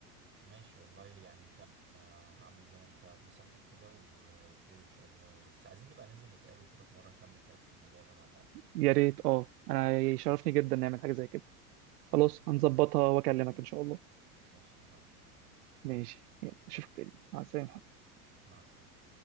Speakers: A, on the right; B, on the right.
A: ماشي والله يعني ماشي. فعلا آه، هعمل زي ما انت بنصيحتك كده و- وخير ان شاء الله بس عايزين نبقى ننزل نتقابل كده في مرة نكمل كلام في الموضوع ده مع بعض
B: يا ريت اه انا يشرفني جدا نعمل حاجة زي كده
A: خلاص
B: خلاص
A: والله
B: هنظبطها
A: ماشي
B: واكلمك ان شاء الله
A: ماشي اتفقنا
B: ماشي يلا اشوفك تاني مع السلامة
A: مع السلامة